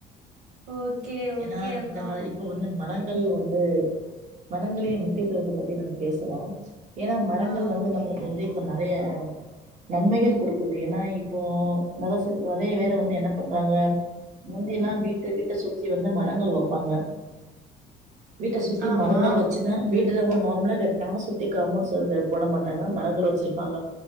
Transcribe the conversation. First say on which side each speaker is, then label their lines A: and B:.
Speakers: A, on the right (about 75°); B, on the right (about 45°).
A: ஓகே ஓகே
B: ஏனா
A: அக்கா
B: இந்த கால இப்ப வந்து மரங்கள் வந்து மரங்களின் முக்கியத்துவத்த பத்தி நம்ம பேசலா ஏனா மரங்கள்
A: ஆ
B: வந்து
A: ஓகே
B: நம்மளுக்கு வந்து து நெறைய நன்மைகள் குடுக்குது ஏனா இப்போ நெறசு நெறைய பேரு வந்து என்ன பண்றாங்க முந்திலா வீட்ட வீட்ட சுத்தி வந்து மரங்கள் வப்பாங்க வீட்ட சுத்தி
A: ஆமா
B: மர வச்சி தா வீட்ல ஒரு நார்மலா கட்னாங்னா சுத்தி கமோன்ட் சுவுரு போட மாட்டாங்க மரங்கள் வச்சிருப்பாங்க